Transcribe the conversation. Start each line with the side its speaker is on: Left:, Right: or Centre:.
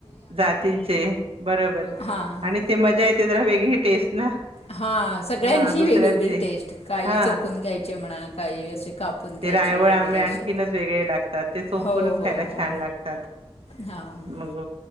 Right: जातींचे, बरोबर
Left: हां
Right: आणि ते मजा येते जरा वेगळी टेस्ट ना?
Left: हा, सगळ्यांची
Right: हा दुसऱ्यांचे
Left: वेगवेगळी टेस्ट काही
Right: हा
Left: चोकून घ्यायचे म्हणा, काही व असे कापून
Right: ते
Left: खायचे
Right: रायवळ आंबे
Left: वगैरे
Right: आणखीनच
Left: असे
Right: वेगळे लागतात, ते चोकूनच
Left: हो हो
Right: खायला
Left: हो
Right: छान लागतात.
Left: हां
Right: मग